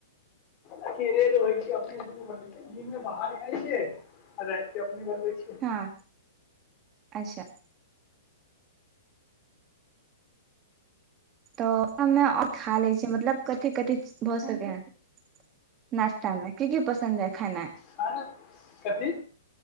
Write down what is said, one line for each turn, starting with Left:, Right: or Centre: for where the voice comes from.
Left: देखियौ रातिमे अपने सऽ बनबै छियै दिनमे बाहर खाइ छियै आ राति कऽ अपने बनबै छियै
Right: हाँ अच्छा तऽ हमे आओर खा लै छियै मतलब कि कथि कथि भऽ सकै हाऽ नास्तामे कि कि पसन्द अई खाना
Left: खाना कथी